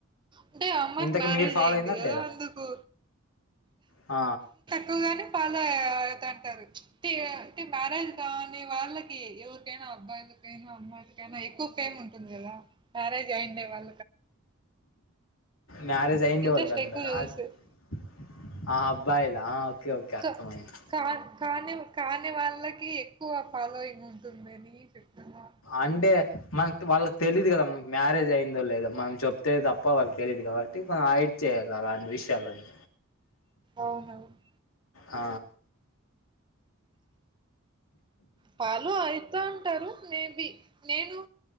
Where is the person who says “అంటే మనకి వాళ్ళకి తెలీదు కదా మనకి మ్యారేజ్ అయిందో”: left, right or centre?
Left